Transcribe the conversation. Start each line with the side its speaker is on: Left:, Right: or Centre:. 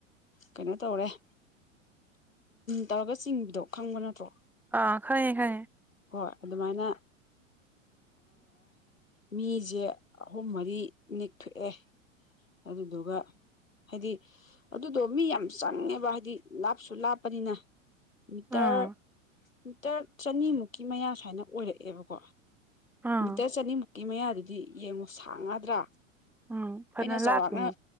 Left: ꯀꯩꯅꯣ ꯇꯧꯔꯦꯟ ꯇꯧꯔꯒ ꯆꯤꯡꯕꯤꯗꯣ ꯈꯪꯕ ꯅꯠꯇ꯭ꯔꯣ
Centre: ꯑ ꯈꯌꯦꯦ ꯈꯥꯏꯌꯦꯦ
Left: ꯍꯣꯏ ꯑꯗꯨꯃꯥꯏꯅ ꯃꯤꯁꯦ ꯑꯍꯨꯝ ꯃꯔꯤ ꯅꯤꯛꯊꯣꯛꯑꯦ ꯑꯗꯨꯗꯨꯒ ꯍꯥꯏꯗꯤ ꯑꯗꯨꯗꯣ ꯃꯤ ꯌꯥꯝ ꯆꯪꯉꯦꯕ ꯍꯥꯏꯗꯤ ꯂꯥꯞꯁꯨ ꯂꯥꯞꯄꯅꯤꯅ ꯃꯤꯇꯔ
Centre: ꯑꯥ
Left: ꯃꯤꯇꯔ ꯆꯅꯤꯃꯨꯛꯀꯤ ꯃꯌꯥ ꯁꯨꯋꯏꯅ ꯑꯣꯏꯔꯛꯑꯦꯕꯀꯣ
Centre: ꯑꯥ
Left: ꯃꯤꯇꯔ ꯆꯅꯤꯃꯨꯛꯀꯤ ꯃꯌꯥꯗꯨꯗꯤ ꯌꯦꯡꯉꯣ ꯁꯥꯡꯉꯗ꯭ꯔꯥ
Centre: ꯎꯝ ꯐꯅ
Left: ꯑꯩꯅ ꯆꯥꯎꯔꯥꯛꯅ
Centre: ꯂꯥꯞꯄꯤꯅꯤ